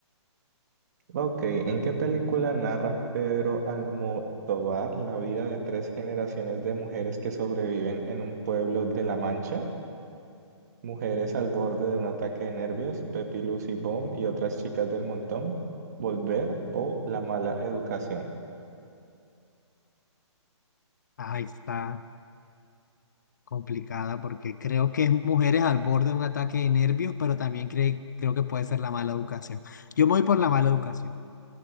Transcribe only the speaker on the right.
Ok, ¿en qué película narra Pedro Almodóvar la vida de tres generaciones de mujeres que sobreviven en un pueblo de La Mancha? Mujeres al borde de un ataque de nervios, Pepi, Lucy, Bomb y otras chicas del montón, Volver o La mala educación.